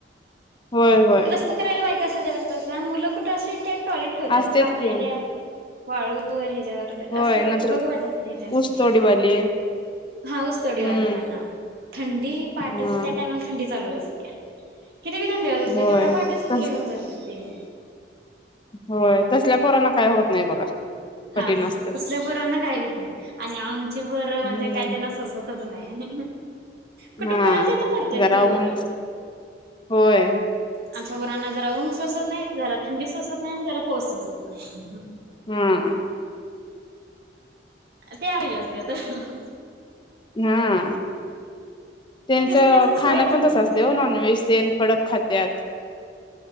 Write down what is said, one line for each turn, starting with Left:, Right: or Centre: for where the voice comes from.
Left: होय होय
Right: रस्तं करायला बाईका अस्तेत वत्तं मुलं कुटं असील तेत टॉयलेट ठेवत्यात
Left: असतेच
Right: तापलेल्या
Left: की
Right: वाळूवर हेज्यावर
Left: होय
Right: असं
Left: नंतर
Right: बघू वाटत नाही त्यास्नी.
Left: ऊसतोडीवाली
Right: हां ऊसतोडी
Left: हम्म
Right: वाली मना, थंडी पाहाटचं
Left: हा
Right: त्या टायमाला थंडी चालवलं अस् या किती बी थंडी अउदेत
Left: होय
Right: तेवढ्या पहाटचं मुले
Left: तस
Right: घेऊन जात्यात. तीन
Left: होय तसल्या पोरांना काय होत नाही बघा कठीण
Right: हां,
Left: असत्यात
Right: तसल्या पोरांना काय हुईत नाही. आणि आमची पोरं म्हणजे
Left: हम्म
Right: काय त्यांना सोसतच नाही. कुठं
Left: हा
Right: पडेल तिथं पडत्यात
Left: जरा
Right: ती पोरं.
Left: ऊन होय
Right: आमच्या वरांना जरा ऊन सोसत नाही, जरा थंडी सोसत नाही, आणि जरा पाऊस् ससत नाही.
Left: हम्म
Right: ते आगलेस् देतं
Left: हा त्यांचं
Right: ते कसं त्यासनी सवयच
Left: खाणं
Right: झालेली
Left: पण तसं असते
Right: असत्या.
Left: हो नॉन व्हेज स कडक खात्यात